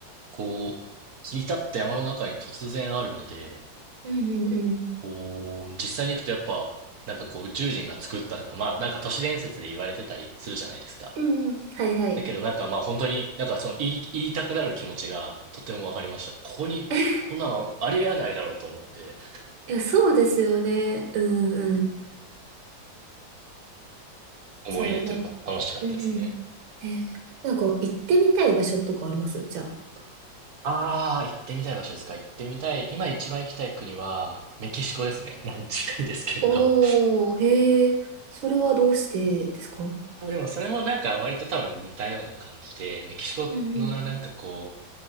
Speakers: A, on the right; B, on the right.
A: こう、切り立った山の中に突然あるので、
B: うんうんうん。
A: こう、実際に行くとやっぱ、なんかこう宇宙人が作ったとか、まあなんか都市伝説で言われてたりするじゃないですか。
B: うんうん。はいはい。
A: だけどなんかまあ本当に、なんかその言い、言いたくなる気持ちがとてもわかりました。ここに、
B: <laughs>
A: こんなのありえないだろうと思って
B: いや、そうですよね。うんうん。
A: 思い出というか楽しかったですね。
B: じゃあ、な、うんうん。えー、なんか行ってみたい場所とかありますじゃあ。
A: ああ、行ってみたい場所ですか。行ってみたい。今一番行きたい国はメキシコですね。<laughs> 近いですけれど。
B: おー、へえ、それはどうしてですか
A: あ、でもそれもなんか割と多分似たような感じで、メキシコのななんかこう、
B: うんうん。